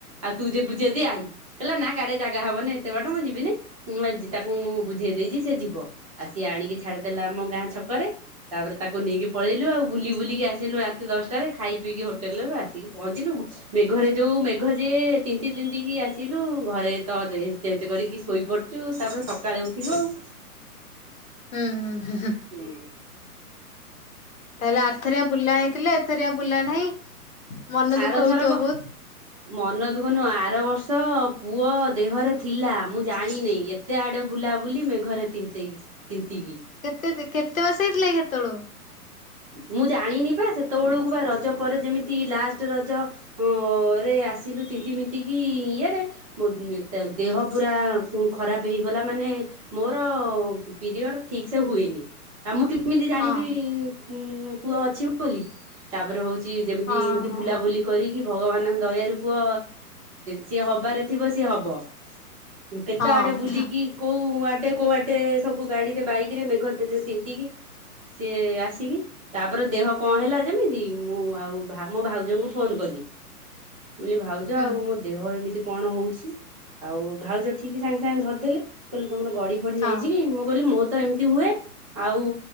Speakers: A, on the right; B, on the left.
A: ଆ ତୁ ଯିବୁ ଜେଦି ଆଇ କ ଲା ନା ଗାଡିରେ ଯା ଗା ହବନି ଏତେ ବାଟ ମୁଁ ଯିବିନି ମୁଁଏ ତାକୁ ମୁଁ ବୁଝେଇ ଦେଇଛି ସେ ଯିବ। ଆ ସିଏ ଆଣିକି ଛାଡିଦେଲା ଆମ ଗାଁ ଛକରେ ତାପରେ ତାକୁ ନେଇକି ପଳେଇଲୁ ଆଉ। ବୁଲି ବୁଲିକି ଆସିଲୁ ରାତି ଦଶଟାରେ ଖାଇ ପିଇକି ହୋଟେଲ ରୁ ଆସିକି ପହଞ୍ଚିଲୁ ମେଘରେ ଯୋଉ ମେଘ ଯେ ତିନ୍ତି ତିିନ୍ତି କି ଆସିଲୁ ଘରେ ତ ଡ୍ରେସ୍ ଚେଞ୍ଜ କରିକି ଶୋଇପଡିଚୁ ତାପରେ ସକାଳେ ଉଠିବୁ ଆଉ।
B: ହୁଁ ହୁଁ ହୁଁ।
A: ହୁଁ।
B: ତାହେଲେ ଆର୍ଥରେଆ ବୁଲା ହେଇଥିଲେ ଏଥରିଆ ବୁଲା ନାହିଁ ମନ
A: ଆରଥରକ
B: ଦୁଃଖ ହଉଥିବ ବହୁତ।
A: ମନ ଦୁଃଖ ନୁହଁ ଆର ବର୍ଷ ପୁଅ ଦେହରେ ଥିଲା ମୁଁ ଜାଣିନେଇ ଏ ତେଆଡେ ବୁଲାବୁଲି ମେଘରେ ତିନ୍ତେଇ ତିନ୍ତିକି।
B: କେତେ ଯେ କେତେ ମାସେ ହେଇଥିଲେକି ହେତେବେଳୁ
A: ମୁଁ ଜାଣିନି ପା ସେତେବେଳକୁ ବା ରଜ ପରେ ଯେମିତି ଲାଷ୍ଟ ରଜ ହଁ ରେ ଆସିଲୁ ତିିନ୍ତି ମିନ୍ତି କି ଇୟରେ ମୋ ଏ ତ ଦେହ ପୁରା ଖରାପ ହେଇଗଲା ମାନେ ମୋର ପିରିୟଡ ଠିକ ସେ ହୁଏନି ଆଉ ମୁଁ କେମ୍ କେମିତି ଜାଣିବି
B: ହଁ
A: ଉଁ ପୁଅ ଅଛି ବୋଲି? ତାପରେ ହଉଛି ଯେମିତି
B: ହଁ
A: ଏମିତି
B: ହଁ
A: ବୁଲାବୁଲି କରିକି ଭଗବାନଙ୍କ ଦୟାରୁୁ କୁହ ସିଏ ହବାରେ ଥିବ ସିଏ ହବ। ମୁଁ କେତେ
B: ହଁ
A: ଆଡେ ବୁଲିକି
B: ହଁ
A: କୋଉ ଆଡେ କୋଉ ଆଡେ ସବୁ ଗାଡିରେ ବାଇକ ରେ ମେଘତିରେ ଚିନ୍ତିକି ସିଏ ଆସ ତିକି ତାପରେ ଦେହ କଣ ହେଲା ଯେମିତି ମୁଁ ଆଉ ମୋ ଭାଉଜଙ୍କୁ ଫୋନ କଲି। ଲି ଭାଉଜ
B: ହୁଁ
A: ଆଉ ମୋ ଦେହ ଏମିତି କଣ ହଉଛି ଆଉ ଭାଉଜ ଠିକ ସାଙ୍ଗେ ସାଙ୍ଗେ ଧରିଦେଲେ କହିଲେ ତମର ଗଡି ଡ଼ି
B: ହଁ
A: ଯାଇଛି କି ମୁଁ କହିଲି ମୁଁ ତ ଏମିତି ହୁଏ ଆଉ